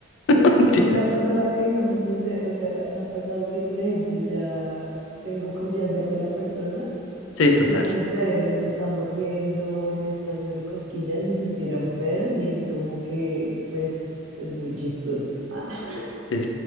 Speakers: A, on the left (about 65°); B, on the right (about 75°).
A: <laughs>
B: Pues sí,
A: mentiras.
B: a mí me ha pasado que, digamos, no sé, o sea, me ha pasado que, por ejemplo, ya tengo confianza con la persona
A: Sí, total.
B: y no sé, nos estamos riendo o le está haciendo cosquillas y se tira un pedo y así como que, pues, es muy chistoso. Ah. <laughs>
A: Sí,